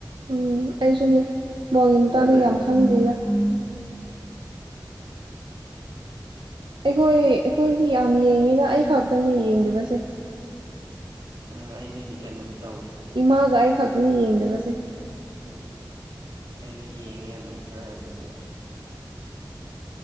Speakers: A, on the right (about 85°); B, on the right (about 65°).
A: ꯎꯝ ꯑꯩꯁꯨꯅꯦ ꯕꯣꯜꯒꯤ ꯃꯇꯥꯡꯗ
B: ꯑꯗꯦ
A: ꯌꯥꯝ ꯈꯪꯗꯦꯗ
B: ꯎꯝ
A: ꯑꯩꯈꯣꯏ ꯑꯩꯈꯣꯏꯗꯗꯤ ꯌꯥꯝ ꯌꯦꯡꯉꯤꯕ ꯑꯩ ꯈꯛꯇꯅꯤ ꯌꯦꯡꯗꯕꯁꯦ
B: ꯎꯝ ꯑꯩꯗꯤ ꯀꯩꯅꯣꯝ ꯇꯧꯋꯦ
A: ꯏꯃꯥꯒ ꯑꯩ ꯈꯛꯇꯅ ꯌꯦꯡꯗꯕꯁꯦ
B: ꯎꯝ ꯑꯩꯗꯤ ꯌꯦꯡꯉꯦ ꯑꯗꯨꯝ ꯈꯔ ꯍꯥꯏꯕꯨꯗꯤ ꯑꯗꯨ